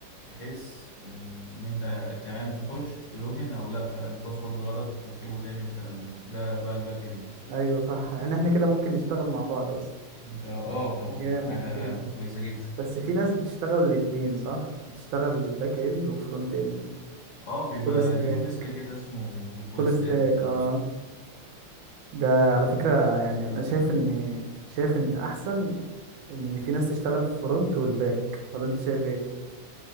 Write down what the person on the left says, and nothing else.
بحيث آه، ان انت تمام تخش تلوجن او لا الباسورد غلط تكتبه تاني والكلام ده ده بقى الباك اند
ده اه طبعا
دي حاجة
كويسة جدا
اه بيبقى
ليهم اسم كده اسمه فول
ستاك
بالظبط